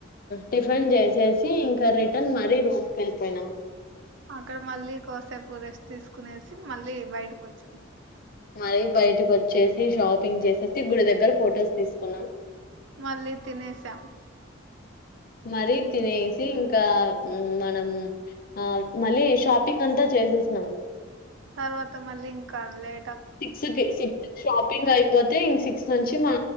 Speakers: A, on the left; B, on the right.
A: టిఫిన్ చేసేసి ఇంకా రిటర్న్ మరీ రూమ్ కీ వెళ్ళిపోయినాం
B: అక్కడ మళ్ళీ కోసేపు రెస్ట్ తీసుకునేసి మళ్ళీ బయటకు వచ్చాం
A: మరీ బయటకు వచ్చేసి షాపింగ్ చేసేసి గుడి దగ్గర ఫొటోస్ తీసుకున్నాం
B: మళ్ళీ తినేసాం
A: మరీ తినేసి ఇంకా మనం ఆ మళ్ళీ షాపింగ్ అంతా చేసేసినం
B: తర్వాత మల్లికార్లే
A: సిక్స్ కి సిక్స్కీ షాపింగ్ అయిపోతే ఇం సిక్స్ నుంచి మా